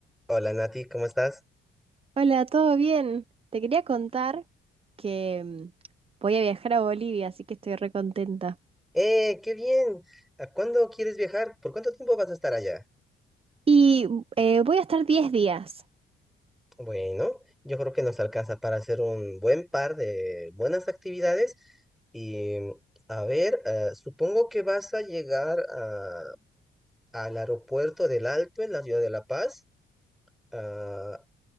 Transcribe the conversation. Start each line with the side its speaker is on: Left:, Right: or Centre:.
Centre: Hola Nati, ¿cómo estás?
Right: Hola, ¿todo bien? Te quería contar que mm, voy a viajar a Bolivia, así que estoy re contenta.
Centre: ¡Eh, qué bien! ¿A cuándo quieres viajar? ¿Por cuánto tiempo vas a estar allá?
Right: Y mm, eh, voy a estar diez días.
Centre: Bueno, yo creo que nos alcanza para hacer un buen par de buenas actividades y mm, a ver, eh, supongo que vas a llegar a- al aeropuerto del Alto en la ciudad de La Paz. Ah,